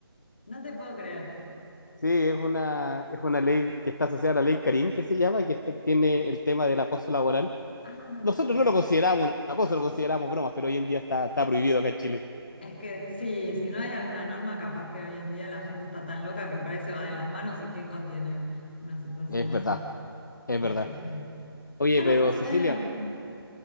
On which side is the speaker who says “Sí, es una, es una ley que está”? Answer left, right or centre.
Left